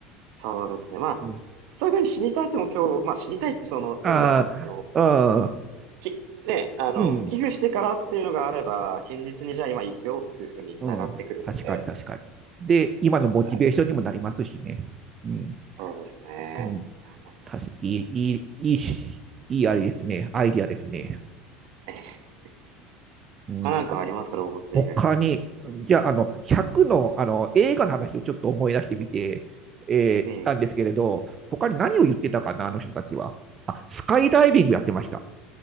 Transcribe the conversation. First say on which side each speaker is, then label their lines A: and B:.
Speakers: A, on the right (about 60°); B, on the right (about 35°).
A: そうですね。まあ、
B: うん。
A: そういうふうに死にたいって目標、まあ死にたいってその、そういう意味ではなく、
B: ああ、
A: その、き、ね、あの、
B: うん、うん、
A: 寄付してからっていうのがあれば、堅実にじゃあ今生きようっていうふうに繋がってくるので、
B: うん、うん。確かに確かに。で、今のモチベーションにもなりますしね。
A: はい、
B: うん、
A: そうですね。
B: うん。
A: 思います
B: 確かいい、いい、いいし、いいあれですね。アイディアですね。
A: ね <laughs>
B: うん、
A: 他なんかありますか、ロボット以外で。
B: 他に、じゃあ、あの、100の、あの、映画の話をちょっと思い出してみて、えー、
A: ええ
B: たんですけれど、他に何を言ってたかな、あの人たちは。あ、スカイダイビングやってました。